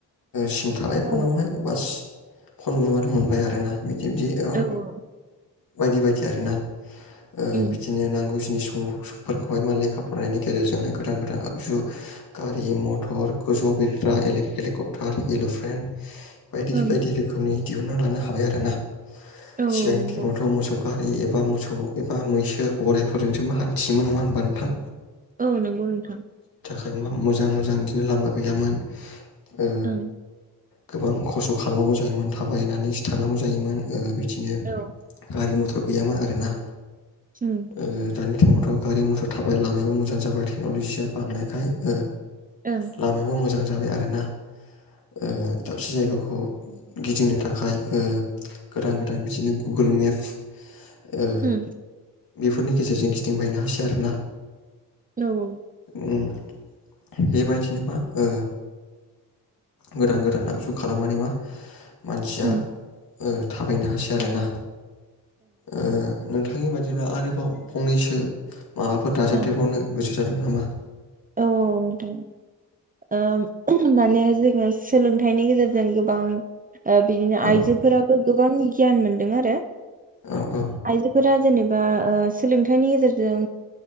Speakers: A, on the left (about 55°); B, on the right (about 20°).
A: सिम थाबाय फनावहाय
B: औ
A: बास। फन बुबानो मोनबाय आरोना बि <unintelligible> औ
B: ओम
A: बायदि- बायदि आरो ना। ओ
B: ओम
A: बिदिनो नांगौ जिनिस ओ समफोरखौहाय मा लेखा फरायनायनि गेजेरजोंहाय गोदान- गोदान आगजु गारि मथर गोजौयाव बिर <unintelligible> हेलिक -हेलिकप्टार एलप्रेन बायदि
B: औ
A: -बायदि रोखोमनि दिहुनना लानो हाबाय आरो ना।
B: औ
A: सिगांनि
B: नंगौ
A: टाइमावथ' मोसौ गारि एबा मोसौ एबा मैसो गराइफोरजोंसो हान्थियोमोन नङा होनबा नोंथां?
B: औ नंगौ नोंथां।
A: <unintelligible> मोजां- मोजां बिदिनो लामा गैयामोन। ओ।
B: ओं
A: गोबां खस्थ खालामनांगौ जायोमोन थाबायनानैसो थांनांगौ जायोमोन ओ <unintelligible>
B: औ
A: गारि मथर गैयामोन आरो ना?
B: ओं
A: ओ दानि <unintelligible> मथर गारि, मथर थाबाय लामायाबो मोजां जाबाय। <unintelligible> बांनायखाय ओ
B: ओं
A: लामायाबो मोजां जाबाय आरोना ओ दाबसे जायगाखौ गिदिंनो थाखाय ओ गोदान- गोदान बिदिनो गुगोल मेप ओ
B: उम
A: बेफोरनि गेजेरजों गिदिंबायनो हासै आरोना।
B: औ, औ।
A: ओ बेबायदिनो बा ओ गोदान- गोदान आगजु खालामनानै <unintelligible> मानसिया
B: उम
A: ओ थाबायनो हासै आरोना। ओ नोंथांनि बादिब्ला आरोबाव फंनैसो माबाफोर दाजाबदेरबावनो
B: ओं
A: गोसो <unintelligible> नामा?
B: औ नोंथां ओ माने जोङो सोलोंथाइनि गेजेरजों गोबां ओ बिदिनो
A: औ
B: आइजोफोराबो गोबां गियान मोन दों आरो।
A: औ औ
B: आइजोफोरा जेनेब बा ओ सोलोंथाइनि गेजेरजों